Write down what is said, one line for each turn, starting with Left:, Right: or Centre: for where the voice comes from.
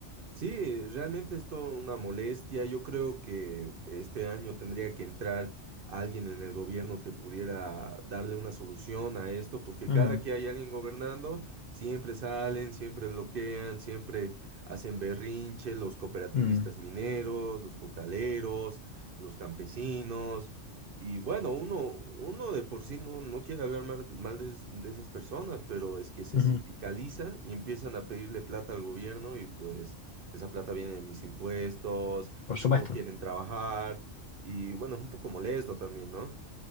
Right: Sí, realmente es toda una molestia. Yo creo que este año tendría que entrar alguien en el gobierno que pudiera darle una solución a esto, porque
Left: Mm,
Right: cada que hay alguien gobernando, siempre salen, siempre bloquean, siempre hacen berrinche, los cooperativistas
Left: mm,
Right: mineros, los cocaleros, los campesinos. Y bueno, uno, uno de por sí no, no quiere hablar mal, mal de, es- de esas personas, pero es que se
Left: ujú,
Right: sindicalizan y empiezan a pedirle plata al gobierno y pues esa plata viene de mis impuestos
Left: Por
Right: y
Left: supuesto.
Right: no quieren trabajar. Y bueno, es un poco molesto también, ¿no?